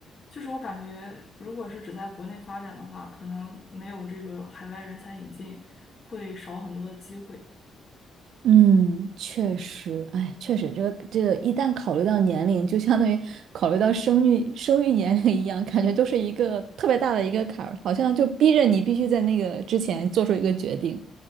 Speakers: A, on the left (about 35°); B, on the right (about 70°).
A: 就是我感觉，如果是只在国内发展的话，可能没有这个海外人才引进，会少很多的机会。
B: 嗯，确实，哎，确实，这个这个一旦考虑到年龄，就相当于考虑到生育生育年龄一样，感觉都是一个特别大的一个坎儿，好像就逼着你必须在那个之前做出一个决定。